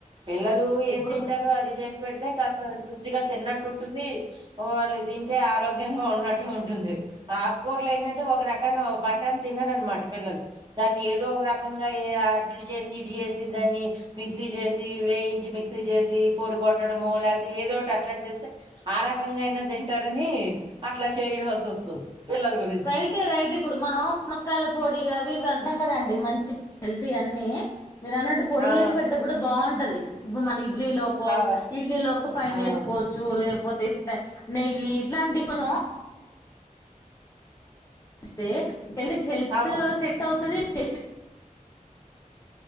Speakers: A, on the right; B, on the left.
A: పిల్లలు ఏం
B: ఇప్పుడు
A: తింటారో అది చేసి పెడితే కాస్త తృప్తిగా తిన్నట్టు ఉంటుంది వాళ్ళు తింటే ఆరోగ్యంగా ఉన్నట్టు ఉంటుంది ఆకుకూరలు ఏంటంటే ఒక రకన ఒక పట్టాన్న తినరునమాట పిల్లలు దాన్ని ఏదో ఒక రకంగా అట్లు చేసి ఇటు చేసి దాన్ని మిక్సీ చేసి వేయించి మిక్సీ చేసి పొడి కొట్టడంమో లేతే ఏదోటి అట్లా చేస్తే ఆ రకంగా అయిన తి అంటారని అట్లా చేయ వస్తుంది పిల్లల గురించి
B: రైట్ రైట్ ఇప్పుడు మనం మునక్కాయల పొడి అవి ఇవి అంటాం కదాండి మంచి హెల్త్ అన్నీ మీరు అన్నట్టు పొడి
A: ఆ
B: చేసి పెడితే కూడా బాగుంటది. ఇప్పుడు మళ్ళీ ఇడ్లీ లోకో
A: ఆ
B: ఇడ్లీ లోకి పైన
A: ఆ
B: వేసుకోవచ్చు లే పోతే ఇట్లా నెయ్యి ఇట్లాంటి కొంచెం. ఇస్తే హెల్త్ హెల్త్
A: అవును
B: సెట్ అవుతది. టెస్ట్